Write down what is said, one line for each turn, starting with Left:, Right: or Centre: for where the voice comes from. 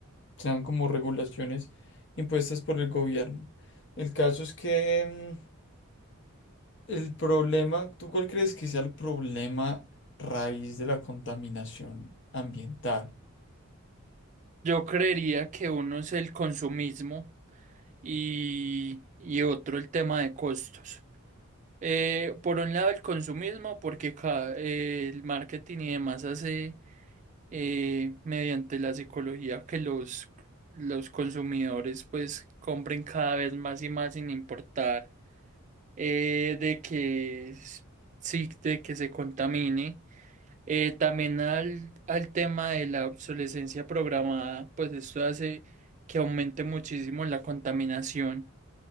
Left: sean como regulaciones impuestas por el gobierno. El caso es que el problema, ¿tú cuál crees que sea el problema raíz de la contaminación ambiental?
Right: Yo creería que uno es el consumismo y, y otro el tema de costos. Eh, por un lado el consumismo porque ca- eh, el marketing y demás hace eh, mediante la psicología que los, los consumidores pues compren cada vez más y más sin importar eh, de que s- sí, de que se contamine. Eh, también al, al tema de la obsolescencia programada, pues esto hace que aumente muchísimo la contaminación.